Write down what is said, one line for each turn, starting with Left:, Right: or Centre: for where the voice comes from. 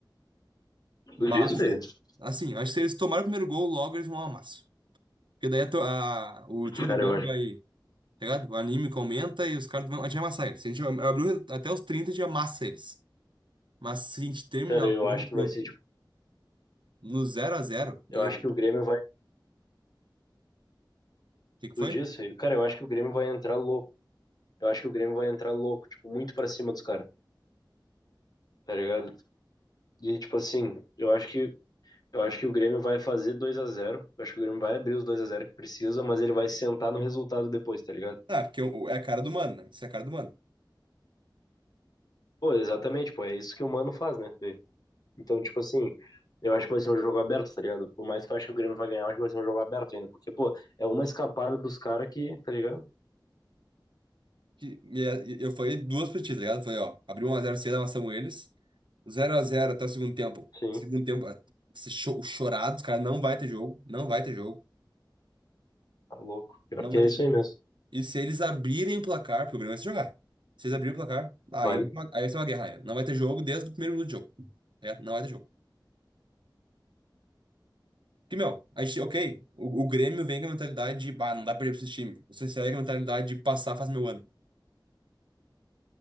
Right: Mas,
Left: Tu disse?
Right: assim, eu acho que se eles tomarem o primeiro gol, logo eles vão um amasso. Porque daí a, to- a- o time
Left: Cara,
Right: do Grêmio
Left: eu acho,
Right: vai, tá ligado? O anímico aumenta e os caras vão. A gente vai amassar eles. Se a gente abrir até os 30 a gente amassa eles. Mas se a gente terminar
Left: cara,
Right: o
Left: eu acho
Right: primeiro
Left: que vai ser,
Right: tempo.
Left: tipo,
Right: No zero a zero
Left: eu
Right: E
Left: acho
Right: o
Left: que o Grêmio vai.
Right: que que
Left: Tu
Right: foi?
Left: disse? Cara, eu acho que o Grêmio vai entrar louco. Eu acho que o Grêmio vai entrar louco, tipo, muito pra cima dos caras, tá ligado? E, tipo assim, eu acho que Eu acho que o Grêmio vai fazer 2 a zero. Eu acho que o Grêmio vai abrir os 2 a zero que precisa, mas ele vai sentar no resultado depois, tá ligado?
Right: Ah, porque eu- é a cara do mano, né? Isso é a cara do mano.
Left: Pô, exatamente, pô, é isso que o Mano faz, né? Fê? Então, tipo assim, eu acho que vai ser um jogo aberto, tá ligado? Por mais que eu acho que o Grêmio vai ganhar, eu acho que vai ser um jogo aberto ainda, porque, pô, é uma escapada dos caras que, tá ligado?
Right: Que- e é, e- eu falei duas pra ti, tá ligado? Eu Falei, ó, abriu 1x0 cedo, amassamos eles. zero a zero até o segundo tempo.
Left: Sim,
Right: Segundo tempo, é, esse cho- chorado, os caras não vai ter jogo. Não vai ter jogo.
Left: tá louco. Pior
Right: Não
Left: que
Right: vai
Left: é
Right: ter
Left: isso
Right: jogo.
Left: aí mesmo.
Right: E se eles abrirem o placar, porque o Grêmio vai se jogar. Se eles abrirem o placar, aí,
Left: Vai.
Right: vai ter uma- aí vai ser uma guerra, né? Não vai ter jogo desde o primeiro minuto de jogo. tá ligado? Não vai ter jogo. Porque, meu, a gente, ok, o, o Grêmio vem com a mentalidade de, ah, não dá pra perder pra esse time. O CSE vem com a mentalidade de passar faz meu ano.